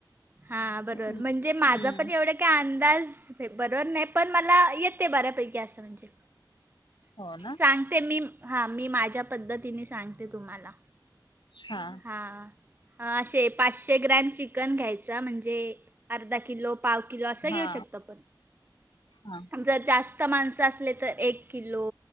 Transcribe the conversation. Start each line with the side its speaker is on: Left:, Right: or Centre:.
Right: हा बरोबर
Left: हम्म
Right: म्हणजे माझं
Left: हम्म.
Right: पण एवढ्या- काय अंदाज बरोबर नाही पण मला येत ते बऱ्यापैकी असं म्हणजे.
Left: हो ना
Right: सांगते मी हां मी माझ्या पद्धतीने सांगते तुम्हाला
Left: हा
Right: हां असे पाचशे ग्रॅम चिकन घ्यायचा म्हणजे अर्धा किलो पाव किलो असा घेऊ
Left: हा
Right: शकतो पण
Left: हा
Right: जर जास्त जास्त माणसं असले तर एक किलो